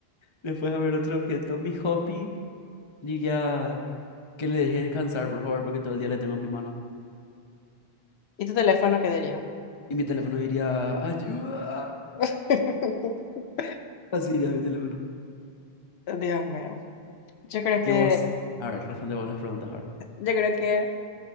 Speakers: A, on the left; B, on the left.
A: Después de ver otro objeto, mi hobby diría que le deje descansar, por favor, porque todo el día le tengo en mi mano.
B: ¿Y tu teléfono qué diría?
A: Y mi teléfono diría, ayuda.
B: <laughs>
A: Así diría mi teléfono.
B: Dios mío. Yo creo que,
A: Y vos, a ver, responde vos las preguntas ahora.
B: yo creo que